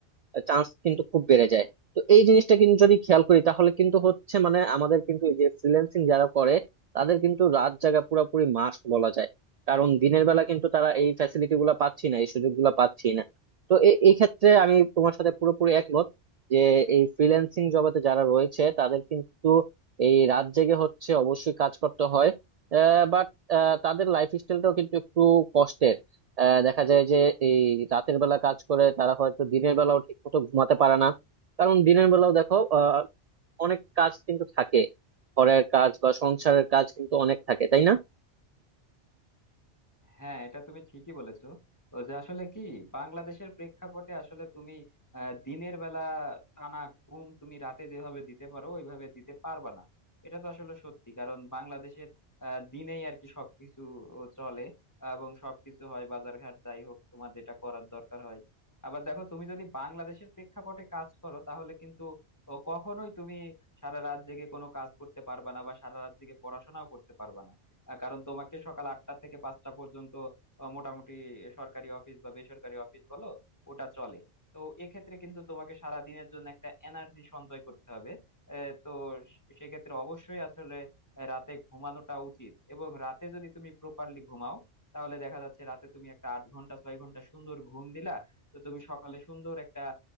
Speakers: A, on the right; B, on the left.
A: চান্স কিন্তু খুব বেড়ে যায় তো এই জিনিসটা কিন্তু যদি খেয়াল করি তাহলে কিন্তু হচ্ছে মানে আমাদের কিন্তু এই যে ফ্রিল্যান্সিং যারা করে তাদের কিন্তু রাত জাগা পুরোপুরি মাস্ট বলা যায় কারণ দিনের বেলা কিন্তু তারা এই ফ্যাসিলিটি গুলা পাচ্ছি না এই সুযোগ গুলা পাচ্ছি না তো এ- এই ক্ষেত্রে আমি তোমার সাথে পুরোপুরি একমত যে এই ফ্রিল্যান্সিং জগতে যারা রয়েছে তাদের কিন্তু এই রাত জেগে হচ্ছে অবশ্যই কাজ করতে হয় বাট তাদের লাইফ স্টাইলটাও কিন্তু একটু কষ্টের আহ দেখা যায় যে এই রাতের বেলা কাজ করে তারা হয়তো দিনের বেলাও ঠিক মতো ঘুমাতে পারে না কারণ দিনের বেলাও দেখো আহ অনেক কাজ কিন্তু থাকে ঘরের কাজ বা সংসারের কাজ কিন্তু অনেক থাকে তাই না
B: হ্যাঁ এটা তুমি ঠিকই বলেছো তো যে আসলে কি বাংলাদেশের প্রেক্ষাপটে আসলে তুমি আহ, দিনের বেলা টানা ঘুম তুমি রাতে যেভাবে দিতে পারো ওইভাবে দিতে পারবা না এটা তো আসলে সত্যি কারণ বাংলাদেশের আহ, দিনেই আর কি সবকিছু চলে এবং সবকিছু হয় বাজারঘাট যাই হোক তোমার যেটা করার দরকার হয় আবার দেখো তুমি যদি বাংলাদেশের প্রেক্ষাপটে কাজ করো তাহলে কিন্তু ও, কখনোই তুমি সারা রাত জেগে কোনো কাজ করতে পারবা না বা সারা রাত জেগে পড়াশোনাও করতে পারবা না আহ, কারণ তোমাকে সকাল আটটা থেকে পাঁচটা পর্যন্ত আহ, মোটামুটি সরকারি অফিস বা বেসরকারি অফিস বলো ওটা চলে তো এক্ষেত্রে কিন্তু তোমাকে সারা দিনের জন্য একটা এনার্জি সঞ্চয় করতে হবে আহ, তো সে- সেক্ষেত্রে অবশ্যই আসলে রাতে ঘুমানোটা উচিত এবং রাতে যদি তুমি প্রপারলি ঘুমাও তাহলে দেখা যাচ্ছে রাতে তুমি একটা আট ঘন্টা ছয় ঘন্টা সুন্দর ঘুম দিলা তো তুমি সকালে সুন্দর একটা